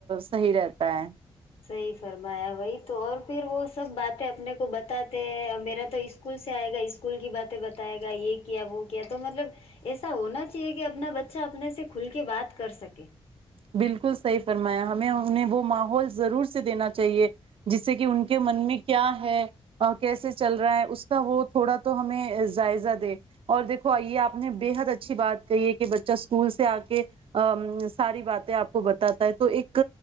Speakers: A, on the right; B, on the left.
A: صحیح رہتا ہے
B: صحیح فرمایا بی تو اور پھر وہ سب باتیں اپنے کو بتاتے ہیں میرا تو اسکول سے آئے گا اسکول کی باتیں بتائے گا یہ کیا وہ کیا تو مطلب ایسا ہونا چاہیے کہ اپنا بچہ اپنے سے کھل کے بات کر سکے
A: بالکل صحیح فرمایا ہمیں انہیں وہ ماحول ضرور سے دینا چاہیے جس سے کہ ان کے من میں کیا ہے کیسے چل رہا ہے اس کا وہ تھوڑا تو ہمیں جائزہ دے اور دیکھو آئیے آپ نے بے حد اچھی بات کہی ہے کہ بچہ اسکول سے آ کے ساری بات آپ کو بتاتا ہے تو ایک